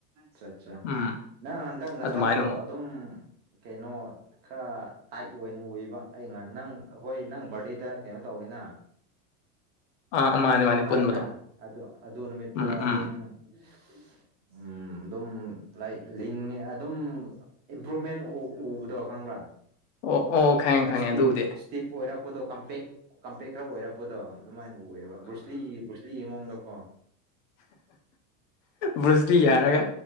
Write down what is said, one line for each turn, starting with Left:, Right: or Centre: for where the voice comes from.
Right: ꯆꯥꯆꯥ
Left: ꯎꯝ
Right: ꯅꯪ ꯍꯟꯗꯛ ꯅꯁꯥꯗꯣ
Left: ꯑꯗꯨꯃꯥꯏꯅ ꯑꯃꯨꯛ
Right: ꯑꯗꯨꯝ ꯀꯩꯅꯣ ꯈꯔ ꯇꯥꯏꯠ ꯑꯣꯏꯅ ꯎꯏꯕ ꯑꯩ ꯉꯍ ꯅꯪ ꯍꯣꯏ ꯅꯪ ꯕꯥꯔꯗꯦꯗ ꯀꯩꯅꯣ ꯇꯧꯋꯤꯅ
Left: ꯑꯥ ꯃꯥꯅꯦ
Right: ꯅꯪ
Left: ꯃꯥꯅꯦ
Right: ꯂꯥꯛꯑꯦꯅ
Left: ꯄꯨꯟꯕꯗꯣ
Right: ꯑꯗꯨ ꯑꯗꯨ ꯅꯨꯃꯤꯠꯇ
Left: ꯎꯝ
Right: ꯑꯗꯨꯝ
Left: ꯎꯝ
Right: ꯑꯗꯨ <unintelligible> ꯎꯝ ꯑꯗꯨꯝ ꯂꯥꯏꯛ ꯂꯤꯡꯉꯦ ꯑꯗꯨꯝ ꯏꯝꯄ꯭ꯔꯨꯚꯃꯦꯟ ꯑꯣ ꯎꯕꯗꯣ ꯈꯪꯕ꯭ꯔꯥ
Left: ꯑꯣ ꯑꯣ ꯈꯪꯉꯦ
Right: ꯈꯔ
Left: ꯈꯪꯉꯦ
Right: ꯏꯁꯇꯤꯞ
Left: ꯑꯗꯨꯕꯨꯗꯤ
Right: ꯏꯁꯇꯤꯐ ꯑꯣꯏꯔꯛꯄꯗꯣ ꯀꯝꯄꯦꯛ ꯀꯝꯄꯦꯛ ꯈꯔ ꯑꯣꯏꯔꯛꯄꯗꯣ ꯑꯗꯨꯃꯥꯏꯅ ꯑꯣꯏꯑꯕ ꯕ꯭ꯔꯨꯁꯂꯤꯒꯤ ꯕ꯭ꯔꯨꯁꯂꯤꯒꯤ ꯃꯑꯣꯡꯗ ꯀꯣ
Left: ꯕ꯭ꯔꯁꯂꯤ ꯍꯥꯏꯔꯒ